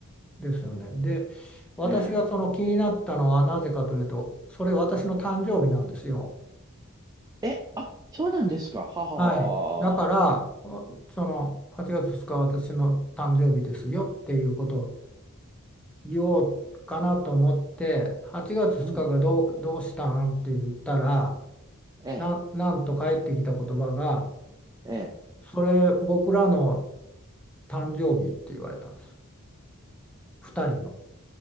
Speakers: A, in the centre; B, on the right.
A: ですよね。で、私がその気になったのはなぜかというと、
B: え
A: それ私の誕生日なんですよ。
B: え。え、あ、そうなんですか。はははは。
A: はい。だから、あその8月2日私の誕生日ですよっていうことを言おうかなと思って、8月2日がどう、
B: うん。
A: どうしたんって言ったら、
B: ええ。
A: な、なんと返ってきた言葉が、
B: え
A: それ僕らの誕生日って言われたんです。2人の。